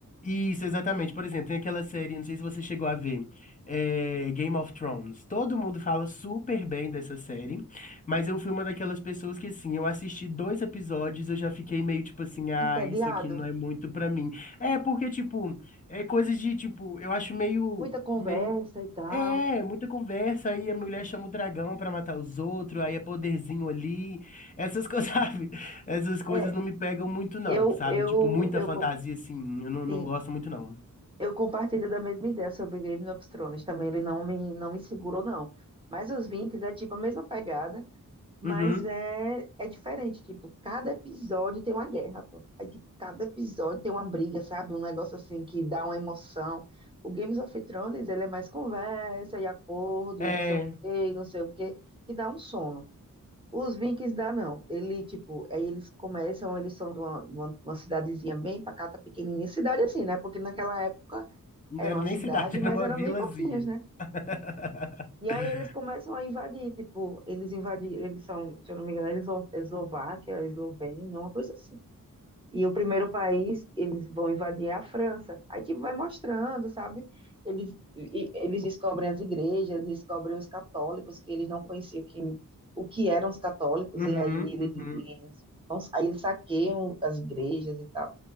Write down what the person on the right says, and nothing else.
Entediado,
muita conversa
e tal.
É,
eu,
eu,
eu,
co-
sim,
Eu compartilho da mesma ideia sobre Game of Thrones. Também ele não me, não me segurou, não. Mas os Vikings é tipo a mesma pegada, mas
é, é diferente. Tipo, cada episódio tem uma guerra, pô. Aí, tipo, cada episódio tem uma briga, sabe? Um negócio assim que dá uma emoção. O Games of Thrones, ele é mais conversa e acordo
e não sei o quê, e não sei o quê, que dá um sono. Os Vikings dá não. Ele, tipo, aí eles começam, eles são de uma, de uma, de uma cidadezinha bem pacata, pequenininha. Cidade assim, né? Porque naquela época
era
uma
cidade,
mas
eram
bem pouquinhas, né?
E aí eles começam a invadir, tipo, eles invadiram, eles são, se eu não me engano, eles Eslováquia, é Eslovênia, uma coisa assim. E o primeiro país eles vão invadir é a França. Aí, tipo, vai mostrando, sabe? Eles, e- eles descobrem as igrejas, descobrem os católicos, que eles não conheciam que, o que eram os católicos,
e aí ele-
e eles, vão- aí eles saqueiam as igrejas e tal.